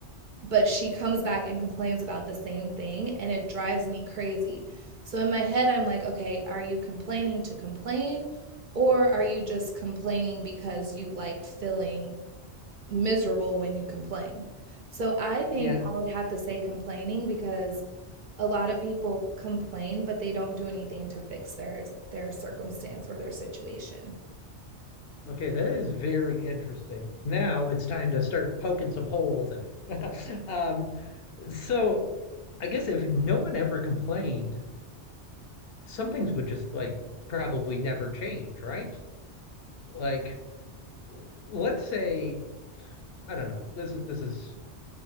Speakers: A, on the right; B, on the left.
A: but she comes back and complains about the same thing and it drives me crazy. So in my head I'm like, okay, are you complaining to complain or are you just complaining because you like filling? miserable when you complain. So I think
B: Yeah.
A: I would have to say complaining because a lot of people complain, but they don't do anything to fix their their circumstance or their situation.
B: Okay, that is very interesting. Now it's time to start poking some holes in it. <laughs> Um, so I guess if no one ever complained, some things would just like probably never change, right? Like, let's say I don't know. This is this is